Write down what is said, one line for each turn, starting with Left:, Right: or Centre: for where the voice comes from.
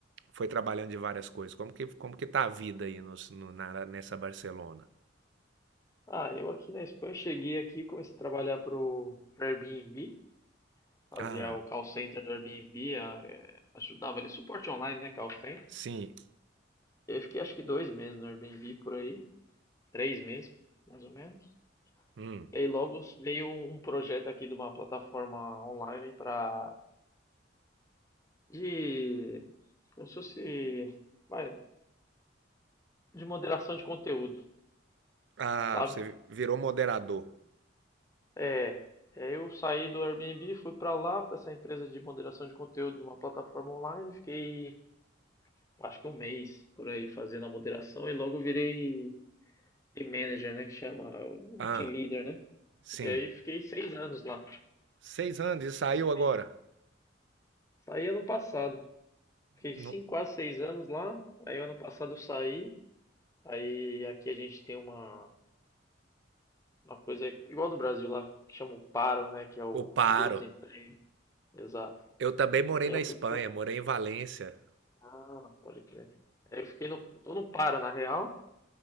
Right: foi trabalhando de várias coisas? Como que, como que tá a vida aí nos- no, na- nessa Barcelona?
Left: Ah, eu aqui na Espanha cheguei aqui, comecei a trabalhar pro pro Airbnb, fazia
Right: Ah,
Left: o call center do Airbnb, a- é, ajudava ali, suporte online, né, call center.
Right: sim.
Left: E aí fiquei acho que dois meses no Airbnb por aí, três meses, mais ou menos.
Right: Hum.
Left: E aí logo veio um um projeto aqui de uma plataforma online para de como se fosse vai, de moderação de conteúdo,
Right: Ah,
Left: sabe?
Right: você virou moderador.
Left: É, é, eu saí do Airbnb, fui para lá, para essa empresa de moderação de conteúdo numa plataforma online, fiquei acho que um mês por aí fazendo a moderação e logo virei team manager, né, que chama, um
Right: Ah,
Left: team leader, né?
Right: sim.
Left: E aí fiquei seis anos lá.
Right: 6 anos e saiu
Left: Fiquei
Right: agora?
Left: seis- Saí ano passado. Fiquei
Right: Não,
Left: cinco, quase seis anos lá. Aí ano passado eu saí. Aí aqui a gente tem uma, uma coisa igual do Brasil lá, que chama o PARO, né, que é o
Right: eu paro.
Left: seguro-desemprego. Exato.
Right: Eu também morei
Left: E
Right: na
Left: aí eu
Right: Espanha,
Left: fui pro...
Right: morei em Valência.
Left: Ah, pode crer. Aí eu fiquei no... Tô no PARO, na real.